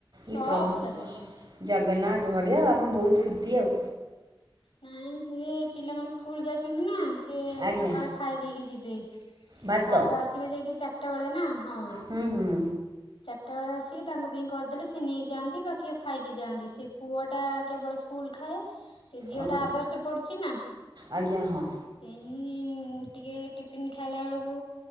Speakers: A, on the left (about 75°); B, on the right (about 50°).
A: ସବୁ
B: ଇଏ ପ୍ରଭୁ
A: ସରିଗଲାଣି।
B: ଜଗନ୍ନାଥ। ବଢିଆ ଆପଣ ବହୁତ ଫୁର୍ତ୍ତି ଆଉ।
A: ନାଇ ସେଇ ପିଲାମାନେ ସ୍କୁଲ ଯାଉଛନ୍ତି ନା ସେ ସେ
B: ଆଜ୍ଞା
A: ସକାଳେ ଖାଇ ଦେଇକି ଯିବେ। ତାପରେ
B: ଭାତ
A: ଆସିବେ ଯାଇକି ଚାରିଟା ବେଳେ ନା ହଁ।
B: ହୁଁ ହୁଁ
A: ଚାରିଟା ବେଳେ ଆସି ତାଙ୍କ ପାଇଁ କରିଦେଲେ ସେ ନେଇଯାଆନ୍ତି, ବା କିଏ ଖାଇକି ଯାଆନ୍ତି, ସେ ପୁଅଟା କେବଳ ସ୍କୁଲ୍ ଖାଏ। ସେ ଝିଅ
B: ଓହୋ
A: ଟା ଆଦର୍ଶ ପଡୁଛି ନା,
B: ଆଜ୍ଞା ହଁ
A: ସେ ମୁଁ ଟିକେ ଟିଫିନ୍ ଖାଇଲା ବେଳକୁ